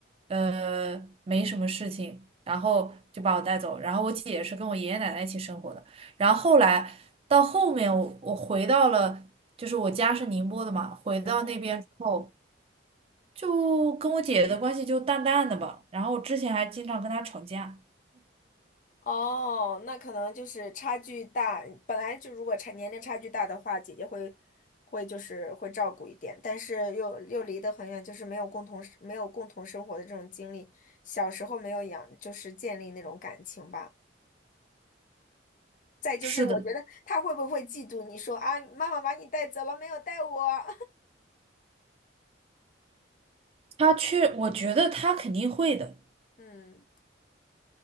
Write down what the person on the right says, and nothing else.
呃，没什么事情，然后就把我带走。然后我姐也是跟我爷爷奶奶一起生活的。然后后来到后面我，我回到了，就是我家是宁波的嘛，回到那边之后，
就跟我姐姐的关系就淡淡的吧。然后我之前还经常跟她吵架。
是的，
她去，我觉得她肯定会的。